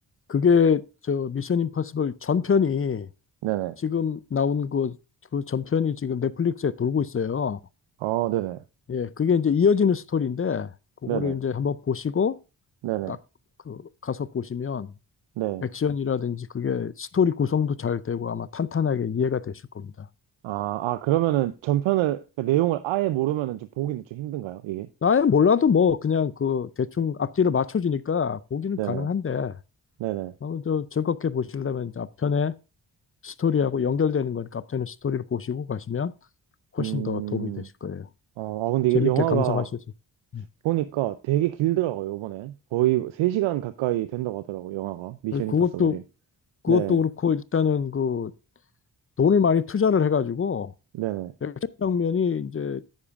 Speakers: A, on the left; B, on the right.
A: 그게 저 미션 임파서블 전편이
B: 네네.
A: 지금 나온 그, 그 전편이 지금 넷플릭스에 돌고 있어요.
B: 어, 네네.
A: 예. 그게 이제 이어지는 스토리인데 그거를
B: 네네.
A: 이제 한번 보시고
B: 네네.
A: 딱 그 가서 보시면
B: 네.
A: 액션이라든지 그게 스토리 구성도 잘 되고 아마 탄탄하게 이해가 되실 겁니다.
B: 아, 아, 그러면은 전편을, 그 내용을 아예 모르면은 좀 보기는 좀 힘든가요, 이게?
A: 아예 몰라도 뭐 그냥 그 대충 앞뒤를 맞춰주니까 보기는
B: 네네.
A: 가능한데
B: 네네.
A: 어, 저 즐겁게 보시려면 이제 앞편에 스토리하고 연결되는 거니까 앞편에 스토리를 보시고 가시면 훨씬
B: 음,
A: 더 도움이 되실 거예요.
B: 어, 아, 근데
A: 재밌게
B: 이게 영화가
A: 감상하셔서. 예.
B: 보니까 되게 길더라고요, 이번에. 거의 3시간 가까이 된다고 하더라고요, 영화가. 미션
A: 그것도
B: 임파서블이.
A: 그것도
B: 네,
A: 그렇고 일단은 그 돈을 많이 투자를 해가지고
B: 네네.
A: 액션 장면이 이제